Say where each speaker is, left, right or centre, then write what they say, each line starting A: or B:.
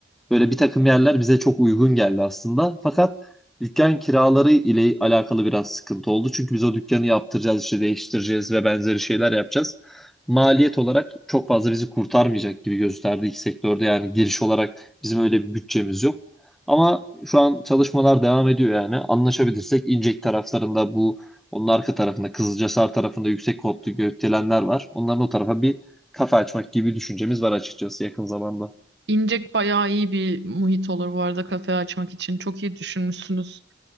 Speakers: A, in the centre; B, on the right.
A: Böyle bir takım yerler bize çok uygun geldi aslında. Fakat dükkan kiraları ile alakalı biraz sıkıntı oldu. Çünkü biz o dükkanı yaptıracağız, işte değiştireceğiz ve benzeri şeyler yapacağız. Maliyet olarak çok fazla bizi kurtarmayacak gibi gösterdi iki sektörde. Yani giriş olarak bizim öyle bir bütçemiz yok. Ama şu an çalışmalar devam ediyor yani. Anlaşabilirsek İncek taraflarında bu onun arka tarafında Kızılcahisar tarafında yüksek koptu gökdelenler var. Onların o tarafa bir kafe açmak gibi bir düşüncemiz var açıkçası yakın zamanda.
B: İncek bayağı iyi bir muhit olur bu arada kafe açmak için. Çok iyi düşünmüşsünüz.